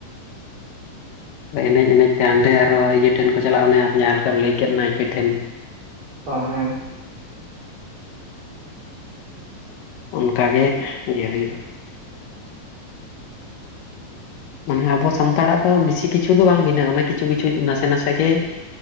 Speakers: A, on the left (about 75°); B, on the right (about 40°).
A: ᱮᱱᱮᱡ ᱮᱱᱮᱡ ᱛᱮ ᱦᱟᱸᱰᱮ ᱟᱨᱚ ᱤᱭᱟᱹ ᱴᱷᱮᱱ ᱠᱚ ᱪᱟᱞᱟᱜ-ᱟ ᱚᱱᱮ ᱟᱢ ᱡᱟᱦᱟᱸ ᱞᱮᱠᱟᱢ ᱞᱟᱹᱭ ᱠᱮᱫ ᱱᱟᱭᱠᱮ ᱴᱷᱮᱱ ᱾
B: ᱚ ᱦᱮᱸ ᱾
A: ᱚᱱᱠᱟ ᱜᱮ ᱤᱭᱟᱹ ᱦᱩᱭᱩᱜᱼᱟ ᱾ ᱢᱟᱱᱮ ᱟᱵᱚ ᱥᱟᱱᱛᱟᱲᱟᱜ ᱫᱚ ᱵᱤᱥᱤ ᱠᱤᱪᱷᱩ ᱫᱚ ᱵᱟᱝ ᱵᱷᱤᱱᱟᱜ ᱚᱱᱮ ᱠᱤᱪᱷᱩ ᱠᱤᱪᱷᱩ ᱱᱟᱥᱮ ᱱᱟᱥᱮ ᱜᱮ ᱼᱼ